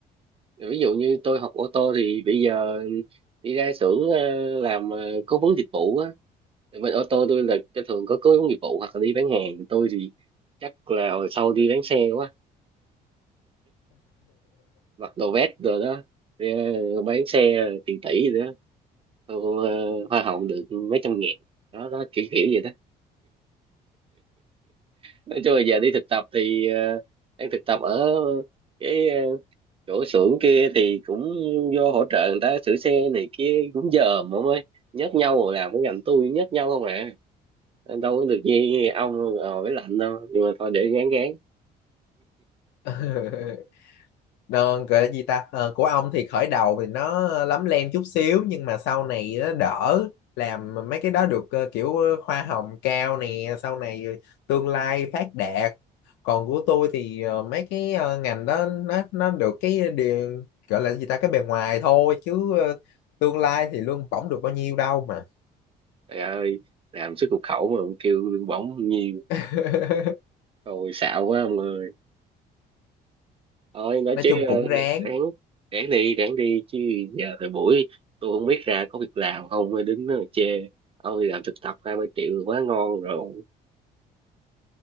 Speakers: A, on the right; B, on the left.
A: ví dụ như tôi học ô tô thì bây giờ đi ra xưởng ờ, làm ờ, cố vấn dịch vụ á bên ô tô tôi là cái thường có cố vấn dịch vụ hoặc là đi bán hàng tôi thì chắc là hồi sau đi bán xe quá mặc đồ vest rồi đó ờ, bán xe tiền tỷ rồi đó Thu, ờ, hoa hồng được mấy trăm nghìn đó đó kiểu kiểu vậy đó nói chung là giờ đi thực tập thì ờ, đang thực tập ở cái ờ, chỗ xưởng kia thì cũng vô hỗ trợ người ta sửa xe này kia cũng dòm ông ơi nhắc nhau rồi làm cái ngành tôi nhắc nhau không à đâu có được như ông ờ, với lạnh đâu nhưng mà thôi để gán gán
B: <laughs> Đơn gọi là gì ta Ờ, của ông thì khởi đầu thì nó lấm lem chút xíu nhưng mà sau này nó đỡ làm mấy cái đó được ờ, kiểu hoa hồng cao nè sau này tương lai phát đạt còn của tôi thì ờ, mấy cái ờ, ngành đó nó nó được cái điều gọi là gì ta cái bề ngoài thôi chứ ờ, tương lai thì lương bổng được bao nhiêu đâu mà
A: trời ơi làm xuất nhập khẩu mà kêu lương bổng nhiêu
B: <laughs>
A: rồi xạo quá ông ơi Thôi nói
B: nói
A: chứ
B: chung cũng
A: ờ,
B: ráng
A: ráng ráng đi ráng đi chứ giờ thời buổi tôi không biết ra có việc làm không mới đứng đó mà chê ông đi làm thực tập hai ba triệu quá ngon rồi